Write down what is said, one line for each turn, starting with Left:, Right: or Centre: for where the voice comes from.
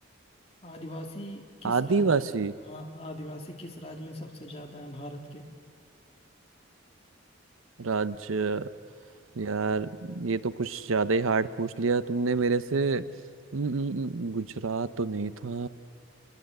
Left: आदिवासी किस
Right: आदिवासी
Left: राज्य हाँ आदिवासी किस राज्य में सबसे ज्यादा है भारत के
Right: राज्य यार ये तो कुछ ज्यादा ही हार्ड पूछ लिया तुमने मेरे से हम्म, हम्म, हम्म, गुजरात तो नहीं था